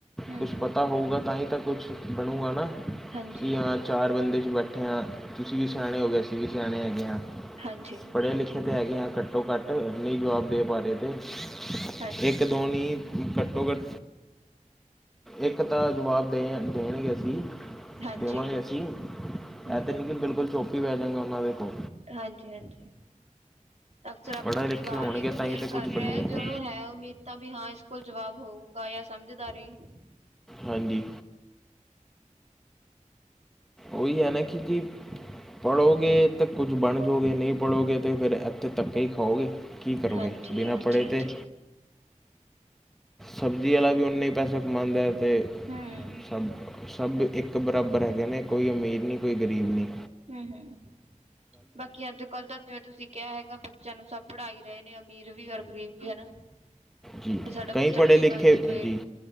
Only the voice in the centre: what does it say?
ਕੁਛ ਪਤਾ ਹੋਊਗਾ ਤਾਂ ਹੀ ਤਾਂ ਕੁਛ ਬਣੂਗਾ ਨਾ
ਕਿ, ਹਾਂ ਚਾਰ ਬੰਦੇ ਚ ਬੈਠੇ ਹਾਂ, ਤੁਸੀਂ ਵੀ ਸਿਆਣੇ ਹੋ ਗਏ। ਅਸੀਂ ਵੀ ਸਿਆਣੇ ਹੈਗੇ ਹਾਂ
ਪੜੇ-ਲਿਖੇ ਤੇ ਹੈਗੇ ਆ ਘੱਟੋ-ਘੱਟ, ਨਈਂ ਜਵਾਬ ਦੇ ਪਾ ਰਏ। ਇੱਕ-ਦੋ
ਨੀ ਘੱਟੋ-ਘੱਟ। ਇੱਕ ਤਾਂ ਜਵਾਬ ਦੇਣ ਦੇਣਗੇ ਸੀ।
ਦੇਵਾਂਗੇ ਅਸੀਂ,
ਐ ਤੇ ਨੀ ਬਿਲਕੁਲ ਚੁੱਪ ਈ ਬੈ ਜਾਂਗੇ ਓਨਾਂ ਦੇ ਕੋਲ
ਪੜ੍ਹੇ
ਲਿਖੇ
ਹੋਣਗੇ
ਤਾਂ
ਹੀ ਤਾਂ ਕੁੱਝ
ਬਣੂਗਾ
ਨਾ
ਹਾਂਜੀ। ਓਈ ਐ ਨਾ ਕਿ ਜੀ ਪੜੋਗੇ ਤੇ ਕੁੱਝ ਬਣ ਜੋਗੇ ਨਈਂ ਪੜੋਗੇ ਤੇ ਫਿਰ ਏਥੇ ਧੱਕੇ ਈ ਖਾਓਗੇ। ਕੀ ਕਰੋਗੇ,
ਬਿਨਾਂ
ਪੜੇ
ਤੇ ਸਬਜ਼ੀ ਆਲਾ ਵੀ ਓਨੇ ਈ ਪੈਸਾ ਕਮਾਂਦੈ ਤੇ
ਸਬ ਸਬ ਇੱਕ ਬਰਾਬਰ ਹੈਗੇ ਨੇ, ਕੋਈ ਅਮੀਰ ਨੀ ਕੋਈ ਗਰੀਬ ਨੀ।
ਜੀ
ਕਈ ਪੜੇ-ਲਿਖੇ
ਹਾਂਜੀ।